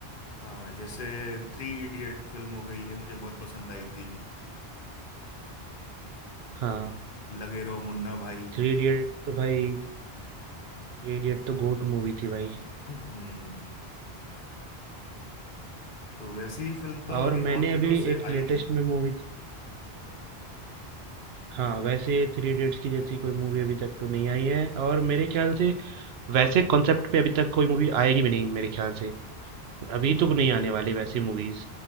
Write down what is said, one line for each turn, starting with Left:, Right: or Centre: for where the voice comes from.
Left: हाँ जैसे थ्री इडियट फिल्म हो गई ये मुझे बहुत पसंद आई थी
Right: हाँ
Left: लगे रहो मुन्ना भाई
Right: थ्री इडियट तो भाई थ्री इडियट तो गोट मूवी थी भाई
Left: <laughs> हम्म तो वैसी फिल्म तो
Right: और
Left: अभी
Right: मैंने
Left: बहुत दिनों
Right: अभी
Left: से
Right: एक लेटेस्ट
Left: आई नहीं है
Right: में मूवी हाँ वैसे थ्री इडियट्स की जैसी कोई मूवी अभी तक तो नहीं आई है और मेरे ख्याल से वैसे कॉन्सेप्ट पे अभी तक कोई मूवी आएगी भी नहीं मेरे ख्याल से अभी तो नहीं आने वाली वैसी मूवीज